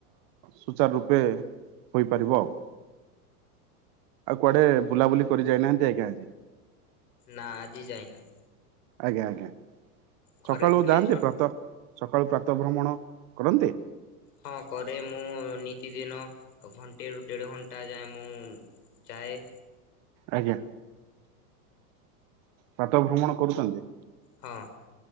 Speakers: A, on the right (about 35°); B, on the left (about 80°).
A: ସୁଚାର ରୂପେ ହୋଇପାରିବ ଆଉ। ଆଉ କୁଆଡେ ବୁଲାବୁଲି କରି ଯାଇନାହାନ୍ତି ଆଜ୍ଞା।
B: ନା ଆଜି ଯାଇନି।
A: ଆଜ୍ଞା ଆଜ୍ଞା
B: ଘରେ
A: ସକାଳୁ
B: ଥିଲି
A: ଯାଆନ୍ତି
B: ଛୋଟ
A: ପ୍ରାତ ସକାଳୁ ପ୍ରାତଃ ଭ୍ରମଣ କରନ୍ତି।
B: ହଁ କରେ ମୁଁ ନିତିଦିନ ଘଣ୍ଟେ ରୁ ଦେଢ଼ ଘଣ୍ଟା ଯାଏ ମୁଁ ଯାଏ।
A: ଆଜ୍ଞା ପ୍ରାତ ଭ୍ରମଣ କରୁଛନ୍ତି।
B: ହଁ